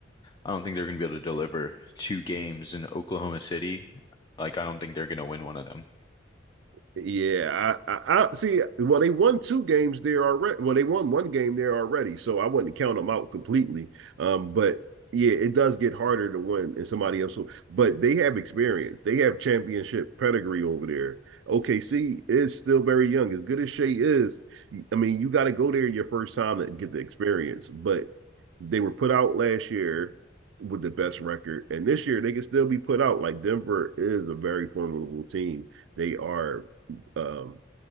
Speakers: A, on the left; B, on the right.
A: I don't think they're going to be able to deliver two games in Oklahoma City. Like, I don't think they're going to win one of them.
B: Yeah, I, I, I see. Well, they won two games there already. Well, they won one game there already, so I wouldn't count them out completely. Um, but yeah, it does get harder to win in somebody else. who- But they have experience. They have championship pedigree over there. OKC is still very young. As good as Shea is, I mean, you got to go there your first time to get the experience. But they were put out last year with the best record, and this year they can still be put out. Like Denver is a very formidable team. They are, um,